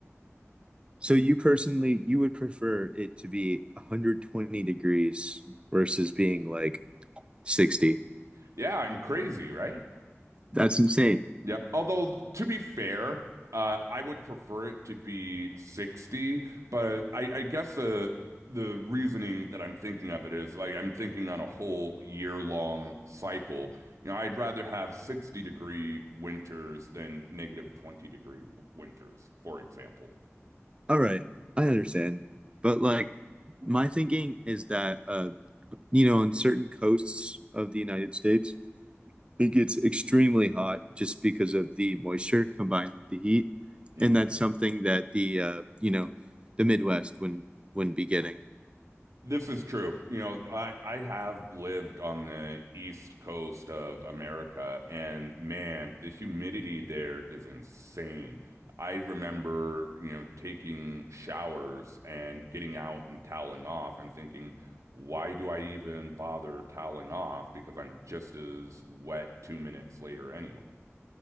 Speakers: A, on the right (about 20°); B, on the right (about 85°).
A: So you personally, you would prefer it to be 120 degrees versus being like 60.
B: Yeah, I'm crazy, right?
A: That's insane.
B: Yeah. Although, to be fair, uh, I would prefer it to be 60, but I, I guess the the reasoning that I'm thinking of it is like I'm thinking on a whole year long cycle. You know, I'd rather have 60 degree winters than negative 20 degree winters, for example.
A: All right, I understand. But like my thinking is that uh you know, in certain coasts of the United States, it gets extremely hot just because of the moisture combined with the heat,
B: hmm
A: and that's something that the uh, you know the Midwest wouldn't wouldn't be getting.
B: This is true. You know, I I have lived on the east coast of America, and man, the humidity there is insane. I remember, you know, taking showers and getting out and toweling off and thinking, why do I even bother toweling off? Because I'm just as wet two minutes later anyway.